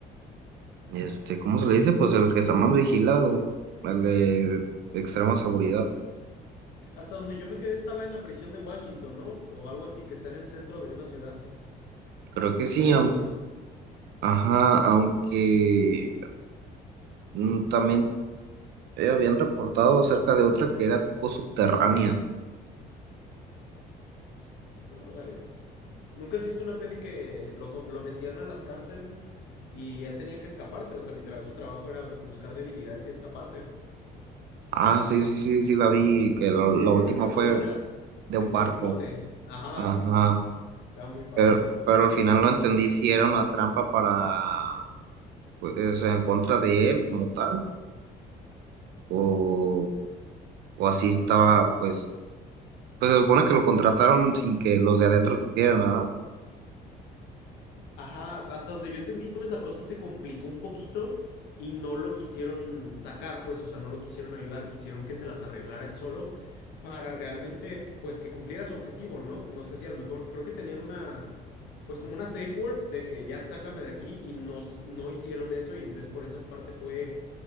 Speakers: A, on the right (about 75°); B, on the left (about 80°).
A: este, ¿cómo se le dice? Pues el que está más vigilado, el de extrema seguridad.
B: Hasta donde yo me quedé estaba en la prisión de Washington, ¿no? O algo así, que está en el centro de una ciudad,
A: Creo que
B: que
A: sí,
B: es un edificio.
A: aun- ajá, aunque mm, también eh, habían reportado acerca de otra que era tipo subterránea.
B: Órale. ¿Nunca has visto una peli que lo, co- lo metían a las cárceles y él tenía que escaparse? O sea, literal, su trabajo era buscar debilidades y escaparse.
A: Ah, sí, sí, sí, sí, la vi, que la, la
B: Que,
A: última
B: que se escapó
A: fue
B: de una...
A: de
B: Estaba
A: un barco.
B: en un bote. Ajá,
A: Ajá,
B: sí, sí, sí. Estaba muy padre.
A: pero, pero al final no entendí si era una trampa para, pues, o sea, en contra de él como tal, o, o así estaba, pues, pues se supone que lo contrataron sin que los de adentro supieran, ¿verdad?
B: Ajá, hasta donde yo entendí, pues la cosa se complicó un poquito y no lo quisieron sacar, pues, o sea, no lo quisieron ayudar, quisieron que se las arreglara él solo para realmente, pues, que cumpliera su objetivo, ¿no? No sé si a lo mejor, creo que tenían una, pues, como una safe word de que ya sácame de aquí y no, s- no hicieron eso y entonces por esa parte fue,